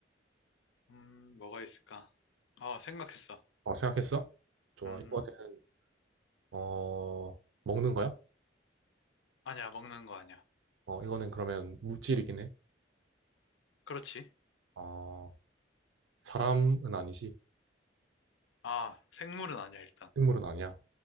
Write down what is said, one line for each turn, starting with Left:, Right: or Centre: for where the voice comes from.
Left: 음, 뭐가 있을까? 아, 생각했어.
Right: 어, 생각했어? 좋아.
Left: 음, 음.
Right: 이거는, 어, 먹는 거야?
Left: 아니야, 먹는 거 아니야.
Right: 어, 이거는 그러면 물질이긴 해.
Left: 그렇지.
Right: 어, 사람은 아니지.
Left: 아, 생물은 아니야, 일단.
Right: 생물은 아니야.